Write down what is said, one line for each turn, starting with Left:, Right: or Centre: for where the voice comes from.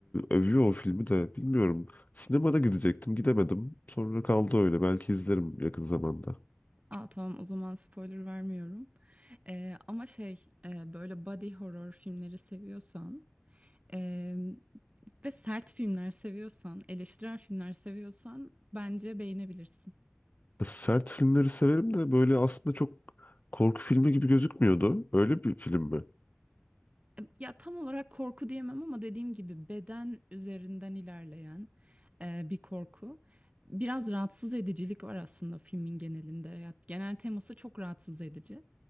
Left: övüyor o filmi de bilmiyorum. Sinemada gidecektim gidemedim. Sonra kaldı öyle belki izlerim yakın zamanda.
Right: Aa tamam o zaman spoiler vermiyorum. Ee, ama şey e, böyle body horror filmleri seviyorsan e, ve sert filmler seviyorsan, eleştirel filmler seviyorsan bence beğenebilirsin.
Left: E, Sert filmleri severim de böyle aslında çok korku filmi gibi gözükmüyordu. Öyle bir film mi?
Right: E, Ya tam olarak korku diyemem ama dediğim gibi beden üzerinden ilerleyen e, bir korku. Biraz rahatsız edicilik var aslında filmin genelinde. Ya, genel teması çok rahatsız edici.